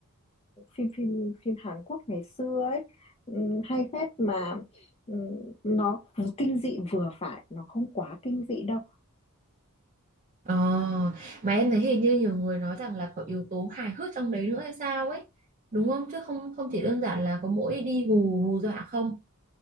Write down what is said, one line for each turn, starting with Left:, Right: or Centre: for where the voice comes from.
Left: phim phim phim Hàn Quốc ngày xưa ấy ừ, hay phết mà ừ, nó kinh dị vừa phải nó không quá kinh dị đâu
Right: <laughs> ờ mà em thấy hình như nhiều người nói rằng là có yếu tố hài hước trong đấy nữa hay sao ấy đúng không chứ không không chỉ đơn giản là có mỗi đi hù hù dọa không